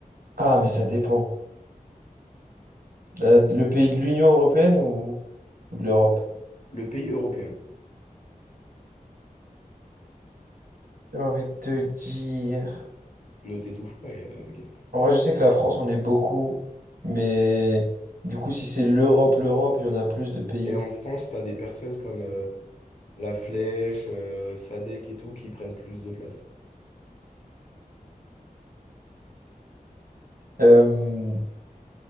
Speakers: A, on the right (about 85°); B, on the left (about 50°).
A: Ah, mais ça dépend. Euh, le pays de l'Union européenne ou, ou de l'Europe?
B: Le pays européen.
A: J'ai envie de te dire...
B: Ne t'étouffe pas, euh, Gaston.
A: En vrai, je sais que la France, on est beaucoup, mais du coup, si c'est l'Europe, l'Europe, il y en a plus de pays.
B: Et en France, t'as des personnes comme euh, La Flèche, euh, Sadek et tout qui prennent plus de place.
A: Euh,